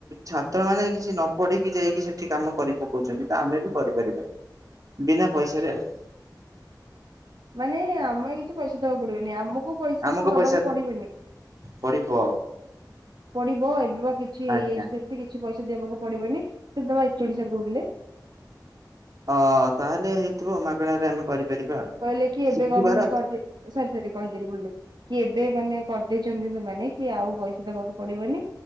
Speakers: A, on the right; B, on the right.
A: ଛାତ୍ର ମାନେ କିଛି ନ ପଢିକି ଯାଇକି ସେଠି କାମ କରି ପକଉଛନ୍ତି। ତା ଆମେ ବି କରିପାରିବା ବିନା ପଇସାରେ ଆଉ।
B: <inaudible> ମାନେ ଆମେ କିଛି ପଇସା ଦବାକୁ ପଡିବନି। ଆମକୁ ପଇସାକୁ
A: ଆମକୁ
B: ଦବାକୁ
A: ପଇସା
B: ପଡିବନି।
A: ପଡିବ
B: ପଡିବ ଏବେ ବା କିଛି ହେଇଯାଇଛି
A: ଆଜ୍ଞା।
B: ସେମିତି କି କିଛି ପଇସା ଦେବାକୁ ପଡିବନି ସେବେ ଏଚ୍ ଓ ଡି ସାର କହୁଥିଲେ।
A: ଅ ତାହେଲେ ହେଇଥିବ ମାଗଣାରେ ଆମେ କରିପାରିବା ଆଉ।
B: କହିଲେ କି
A: ଶିଖିବାର
B: ଏବେ ଗମେଣ୍ଟ କରି ଦେ ସରି <unintelligible> କହିଥିଲି ଭୁଲ ରେ କି ଏବେ ମାନେ କରିଦେଇଛନ୍ତି ସେମାନେ କି ଆଉ ପଇସା ଦବାକୁ ପଡ଼ିବନି